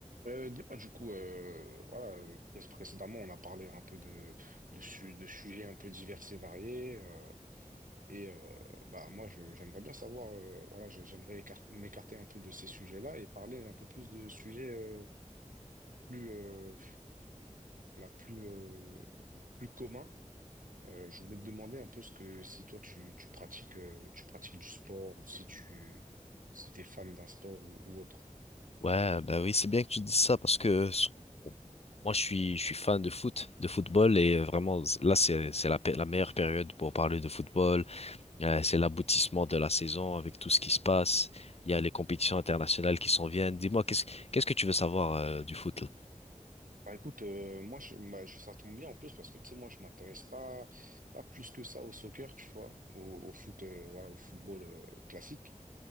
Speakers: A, on the right (about 85°); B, on the left (about 50°).
A: Euh, dis-moi, du coup, euh, voilà, euh, pré- précédemment, on a parlé un peu de, de, su- de sujets un peu divers et variés. euh, et euh, bah, moi, je- j'aimerais bien savoir, euh, voilà, je- j'aimerais écar- m'écarter un peu de ces sujets-là et parler un peu plus de sujets euh, plus, euh, voilà, plus, euh, plus communs euh, je voulais te demander un peu ce que si toi tu, tu pratiques euh, tu pratiques du sport ou si tu si t'es fan d'un sport ou, ou autre.
B: Ouais, bah oui, c'est bien que tu dises ça parce que sur- moi je suis je suis fan de foot, de football et euh, vraiment z- là c'est c'est la pe- la meilleure période pour parler de football. Euh, c'est l'aboutissement de la saison avec tout ce qui se passe. Il y a les compétitions internationales qui s'en viennent. Dis-moi qu'est-ce qu'est-ce que tu veux savoir euh, du foot là?
A: Bah écoute, euh, moi je, bah, je- ça tombe bien en plus parce que tu sais moi je m'intéresse pas pas plus que ça au soccer tu vois au, au foot euh, voilà au football euh, classique.